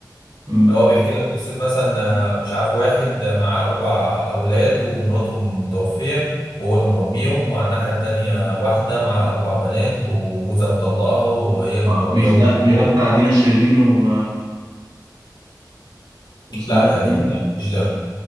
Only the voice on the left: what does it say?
هو بيحكي لك قصه مثلا آه، مش عارف واحد آه، معاه اربع اولاد ومراته متوفيه وهو اللي مربيهم وعلى الناحيه التانيه واحده معاها اربع بنات وجوزها مطلقها وهي اللي
مربيهم
من صغرهم
لا تقريبا
لا مش ده